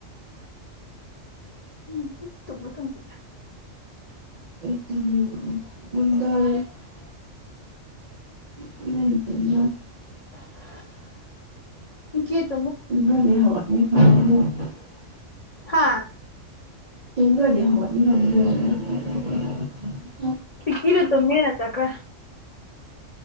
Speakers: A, on the left; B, on the right.
A: ꯎꯝ ꯇꯨꯝꯃꯨ ꯇꯨꯝꯗ꯭ꯔꯤ
B: <unintelligible> <unintelligible>
A: <inaudible> ꯒꯤꯠ
B: <unintelligible>
A: ꯍꯥꯥ
B: ꯇꯨꯡꯗꯒꯤ <unintelligible>
A: ꯄꯤꯀꯤꯗꯣ ꯇꯨꯝꯅꯤꯅ ꯆꯠꯈ꯭ꯔꯦ